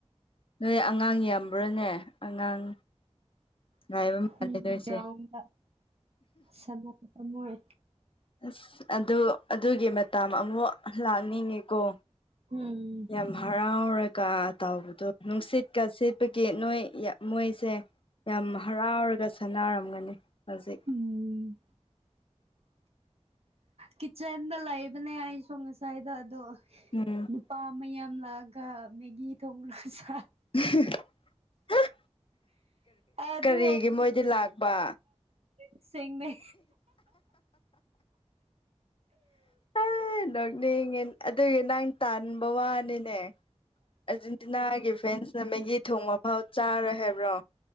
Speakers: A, on the left; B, on the right.
A: ꯅꯣꯏ ꯑꯉꯥꯡ ꯌꯥꯝꯕ꯭ꯔꯥꯅꯦ ꯑꯉꯥꯡ ꯂꯥꯏꯕ ꯃꯥꯂꯦꯗꯣꯏꯁꯦ
B: ꯎꯝ ꯒ꯭ꯔꯥꯎꯟꯗ ꯁꯥꯟꯅꯕ ꯃꯣꯏ
A: ꯑꯁ ꯑꯗꯨ ꯑꯗꯨꯒꯤ ꯃꯇꯥ ꯑꯃꯨꯛ ꯂꯥꯛꯅꯤꯡꯉꯤꯀꯣ
B: ꯎꯝ
A: ꯌꯥꯝ ꯍꯥꯔ ꯔꯥ ꯀꯥ ꯇꯥꯎꯕꯗꯣ ꯅꯨꯡꯁꯤꯠꯀ ꯁꯤꯦꯠꯄꯒꯤ ꯅꯣꯏ ꯃꯣꯏꯁꯦ ꯌꯥꯝ ꯍꯔꯥꯎꯔꯒ ꯁꯥꯟꯅꯔꯝꯒꯅꯤ ꯍꯧꯖꯤꯛ
B: ꯎꯝ ꯀꯤꯆꯟꯗ ꯂꯩꯕꯅꯦ ꯑꯩ ꯁꯣ ꯉꯁꯥꯏꯗ ꯑꯗꯣ
A: ꯎꯝ
B: ꯅꯨꯄꯥ ꯃꯌꯥꯝ ꯂꯥꯛꯑꯒ ꯃꯦꯒꯤ ꯊꯣꯡꯡꯂꯂ ꯆ
A: <unintelligible>
B: ꯑꯗꯨ
A: ꯀꯔꯤꯒꯤ ꯃꯣꯏꯗꯤ ꯂꯥꯛꯄ
B: ꯁꯦꯡꯅꯦ
A: ꯑ ꯅꯣꯛꯅꯤꯡꯉꯦ ꯑꯗꯨꯒꯤ ꯅꯪ ꯇꯥꯟꯕ ꯋꯥꯅꯤꯅꯦ ꯑꯥꯔꯖꯦꯟꯇꯤꯅꯥꯒꯤ ꯐꯦꯟꯁꯅ ꯃꯦꯒꯤ ꯊꯣꯡ ꯃꯐꯥꯎ ꯆꯥꯔꯣꯏ ꯍꯥꯏꯕ꯭ꯔꯣ